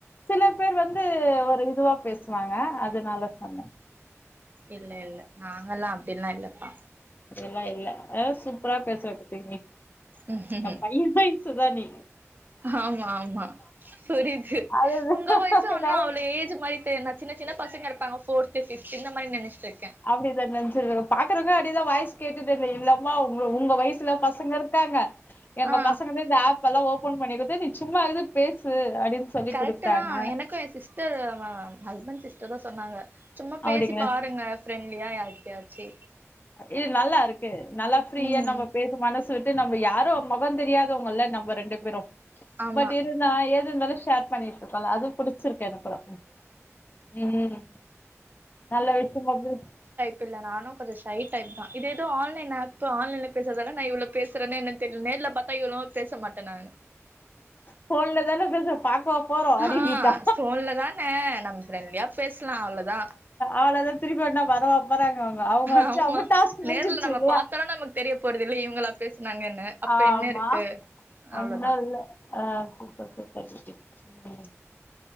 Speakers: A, on the left (about 40°); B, on the right (about 40°).
A: சில பேர் வந்து ஒரு இதுவா பேசுவாங்க அதனால சொன்னே
B: இல்ல இல்ல நாங்கல்லா அப்படில்லா இல்லப்பா
A: இதெல்லா இல்ல அதா சூப்பரா <unintelligible>
B: ம்ஹும்
A: என் பைய பை சுதானி
B: ஆமா ஆமா புரிது
A: அதுதா
B: உங்க வயசு ஒன்னா அவ்ளோ ஏஜ் மாரி தெர்னா சின்ன சின்ன பசங்க இருப்பாங்க போர்த்து பிப்து இந்த மாரி நினச்சிட்டு இருக்கே
A: அப்டிதா நெஞ்சிருக்குற பாக்குறவங்க அப்டிதா வயசு கேட்டுட்டு இல்லை இல்லாமா உங் உங்க வயசுல பசங்க இருக்காங்க எங்க
B: ஆ
A: பசங்கதா இந்த ஆப் எல்லா ஓபன் பண்ணி குடுத்து நீ சும்மா இது பேசு அப்படின்னு சொல்லி
B: கரெக்டு
A: குடுத்தாங்க
B: தா எனக்கும் எ சிஸ்ட திர் வந்தாங்ளா ஹஸ்பண்ட் சிஸ்டர் தான் சொன்னாங்க சும்மா
A: அப்படிங்க
B: பேசி பாருங்க ஃப்ரெண்ட்லியா யார்கிட்டயாச்சி
A: இது நல்லா இருக்கு நல்லா ஃப்ரீயா
B: ம்
A: நம்ம பே மனசு விட்டு நம்ம யாரோ மொகோ தெரியாதவ்ங்கல்ல நம்ம ரெண்டு பேரு
B: ஆமா
A: பட் இரு நா ஏது இர்ந்தாலு ஷேர் பண்ணிட்ருக்கோல்ல அது புடி ச்சிருக்கு எனக்கு தா ம் நல்ல விஷ்யமா பேசு
B: பில்ல நானு கொஞ்ச ஷை டைப் தா இது எதோ ஆன்லைன் ஆப்பு ஆன்லைன்ல பேசற்தெல்லா நா இவளோ பேசறனே என்னன் தெர்ல் நேர்ல பாத்தா இவளோ பேச மாட்டே நானு
A: ஃபோன்ல தான பேசறோ பாக்கவா போறோ அப்டினுட்டா
B: ஆ ஃபோன்ல தாங்க நம்ம ஃப்ரெண்ட்லியா பேஸ்லா அவ்ள தா
A: அவ்ள தா திருப்பி வேணா வரவா போறாங்க அவுங்க அவுங்க ஆச்சு
B: ஆமா
A: அவுங்க டாஸ்க்கு
B: நேர்ல
A: முஞ்சிர்ச்சு
B: நம்ம
A: இல்லயா
B: பாத்தாலு நமக்கு தெரிய போறதில்ல இவுங்களா பேஸ்னாங்கன்னு அப்ப
A: ஆமா
B: என்ன இருக்கு
A: ஒன்னு
B: அவ்ளோதா
A: இல்ல ஆ சூப்பர் சூப்பர் <unintelligible> ம்